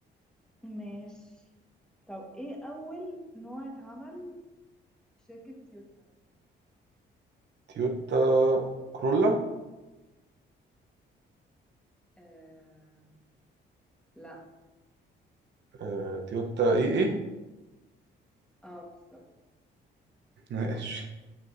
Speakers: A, in the centre; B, on the right (about 60°).
A: ماشي طب ايه أول نوع اتعمل في شركة تويوتا؟
B: تويوتا كرولا
A: آه لا
B: آه، تويوتا إيه إيه
A: اه بالظبط
B: <laughs> ماشي